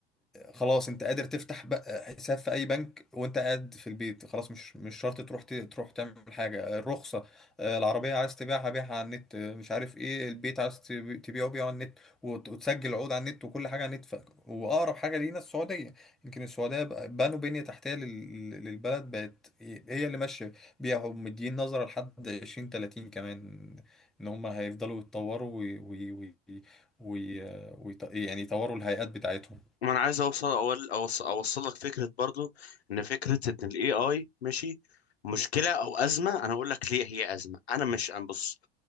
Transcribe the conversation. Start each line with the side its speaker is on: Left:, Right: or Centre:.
Centre: خلاص انت قادر تفتح بقى حساب في اي بنك وانت قاعد في البيت خلاص مش مش شرط تروح ت- تروح تعمل حاجه الرخصه آه، العربيه عايز تبيعها بيعها على النت آه، مش عارف ايه البيت عايز تبي- تبيعه بيعه على النت وت- وتسجل عقود على النت وكل حاجه على النت ف... واقرب حاجه لينا السعوديه يمكن السعوديه بقى- بنوا بنيه تحتيه لل... للبلد بقت هي اللي ماشيه بيها ومدين نظره لحد 20 30 كمان ان هم هيفضلوا يتطوروا وي... وي... وي... وي... ويط- يعني يطوروا الهيئات بتاعتهم
Left: ما انا عايز اوصل اول اوصل, أوصل لك فكره برضو ان فكره ان الاي اي ماشي مشكله او ازمه انا اقول لك ليه هي ازمه انا مش انا بص